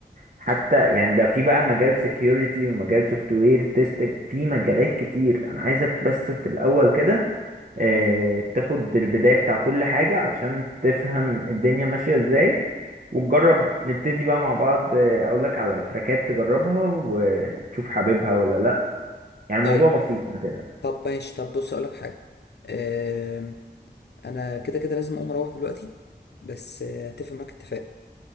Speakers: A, on the right; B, on the left.
A: حتى يعني ده في بقى مجال security ومجال سوفت وير تيستنج في مجالات كتير انا عايزك بس في الاول كده آه، تاخد البداية بتاع كل حاجة علشان تفهم الدنيا ماشية ازاي وتجرب نبتدي بقى مع بعض آه، اقولك على تراكات تجربها وتشوف حاببها ولا لا يعني الموضوع
B: طيب
A: بسيط ما تقلق
B: طب ماشي طب بص اقولك حاجه أم، انا كده كده لازم اقوم اروح دلوقتي بس آه، اتفق معاك اتفاق